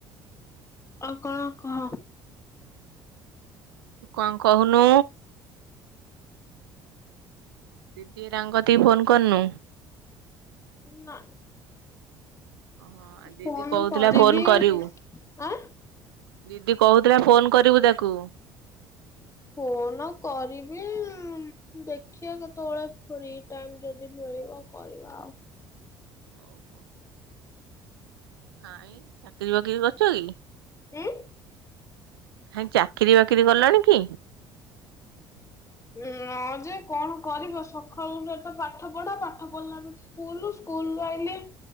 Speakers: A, on the left (about 25°); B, on the right (about 75°).
A: ଆଉ କଣ କହ?
B: ତୁ କଣ କହୁନୁ? ଦିଦି ହେରିକାଙ୍କ କତିକି ଫୋନ୍ କରନୁ?
A: ନା
B: ଓ ହଁ ଦିଦି
A: ଫୋନ
B: କହୁଥିଲା
A: କରିବି
B: ଫୋନ କରିବୁ।
A: ଆଁ
B: ଦିଦି କହୁଥୁଲା ଫୋନ୍ କରିବୁ ତାକୁ।
A: ଫୋନ କରିବି ଆଁ। ଦେଖିଆ କେତୋଳେ ଫ୍ରି ଟାଇମ୍ ଯଦି ମିଳିବ କରିବା ଆଉ।
B: ଓହୋ। କାଇଁ ଚାକିରୀ ବାକିରି କରୁଚ କି?
A: ଏଁ?
B: ହାଇଁ ଚାକିରି ବାକିରି କଲାଣି କି?
A: ଉଁ ନା ଯେ କଣ କରିବ ସଖାଳୁ ଉଠିଲେ ତ ପାଠ ପଢ଼ା ପାଠ ପଢି଼ଲାରୁ ସ୍କୁଲ୍ ସ୍କୁଲ୍ ରୁ ଆଇଲି।